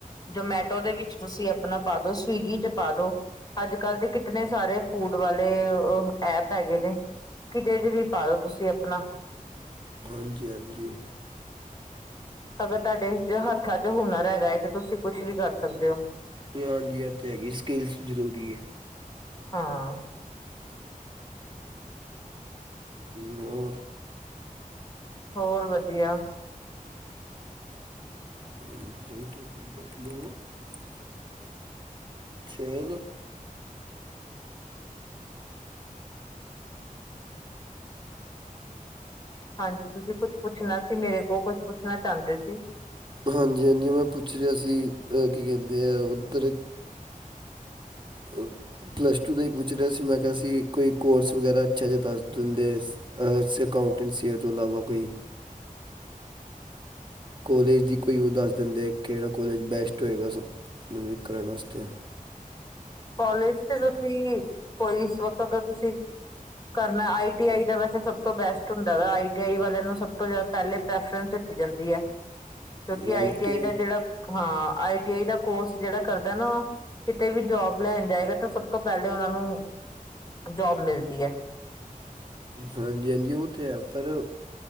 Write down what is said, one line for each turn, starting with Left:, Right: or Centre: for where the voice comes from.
Left: ਜਮੈਟੋ ਦੇ ਵਿੱਚ ਤੁਸੀਂ ਆਪਣਾ ਪਾ ਦੋ ਸਵੀਗੀ 'ਚ ਪਾ ਦੋ। ਅੱਜ ਕੱਲ ਤੇ ਕਿਤਨ ਸਾਰੇ ਫੂਡ ਵਾਲੇ ਐਪ ਹੈਗੇ ਨੇ ਕਿਤੇ ਵੀ ਪਾਓ ਤੁਸੀਂ ਆਪਣਾ
Right: ਹਾਂਜੀ- ਹਾਂਜੀ
Left: ਅਗਰ ਤੁਹਾਡੇ ਹੱਥਾਂ 'ਚ ਹੁਨਰ ਹੈਗਾ ਤੇ ਤੁਸੀਂ ਕੁਛ ਵੀ ਕਰ ਸਕਦੇ ਹੋ।
Right: ਹਾਂਜੀ ਇੱਥੇ ਹੈਗੀ ਸਕਿੱਲਸ ਜ਼ਰੂਰੀ ਹੈ।
Left: ਹਾਂ।
Right: ਹੋੋਰ
Left: ਹੋਰ ਵਧੀਆ
Right: <inaudible> ਚਲੋ
Left: ਹਾਂਜੀ ਤੁਸੀਂ ਕੁਛ ਪੁੱਛਣਾ ਸੀ ਮੇਰੇ ਕੋਲ ਕੁਛ ਪੁੱਛਣਾ ਚਾਹੁੰਦੇ ਸੀ।
Right: ਹਾਂਜੀ -ਹਾਂਜੀ ਮੈਂ ਪੁੱਛ ਰਿਹਾ ਸੀ ਕੀ ਕਹਿੰਦੇ ਆ ਉੱਧਰ <inaudible> ਪਲੱਸ ਟੂ ਤੋਂ ਹੀ ਪੁੱਛ ਰਿਹਾ ਸੀ ਮੈਂ ਕਿਹਾ ਸੀ ਕੋਈ ਕੋਰਸ ਵਗੈਰਾ ਅੱਛਾ ਜਿਹਾ ਦੱਸ ਦਿੰਦੇ। ਅਕਾਕਾਊਂਟੈਂਟਸੀਅਰ ਤੋਂ ਇਲਾਵਾ ਕੋਈ ਕੋਲਜ ਦੀ ਕੋਈ ਉਹ ਦੱਸ ਦਿੰਦੇ ਕਿਹੜਾ ਕੋਲਜ ਬੈਸਟ ਹੋਏਗਾ ਸਭ ਤੋਂ ਨਵੀ ਕਰਣ ਵਸਤੇ <inaudible>
Left: ਕੋਲਜ ਤੇ ਤੁਸੀਂ ਕੋਈ ਵਕਤ ਤੁਸੀਂ ਕਰਨਾ ਆਈ ਟੀ ਆਈ ਦਾ ਵੈਸੇ ਸਭ ਤੋਂ ਬੈਸਟ ਹੁੰਦਾ ਵਾ ਆਈ ਟੀ ਆਈ ਵਾਲੇ ਨੂੰ ਸਭ ਤੋਂ ਜਿਆਦਾ ਪਹਿਲੇ ਪ੍ਰੈਫਰਸ ਜਾਂਦੀ ਹੈ ਕਿਉਂਕਿ
Right: ਮਾਈਟੀ
Left: ਆਈਟੀ ਆਈ ਦਾ ਜਿਹੜਾ ਹਾਂ। ਆਈ ਟੀ ਆਈ ਦਾ ਕੋਰਸ ਜਿਹੜਾ ਕਰਦਾ ਨਾ ਉਹ ਕਿਤੇ ਵੀ ਜੋਬ ਲੈਣ ਜਾਏਗਾ ਤੇ ਸਭ ਤੋਂ ਪਹਿਲੇ ਉਹ ਨੂੰ ਜੋਬ ਮਿਲਦੀ ਹੈ।
Right: ਹਾਂਜੀ- ਹਾਂਜੀ ਉਹ ਤਾਂ ਹੈ ਪਰ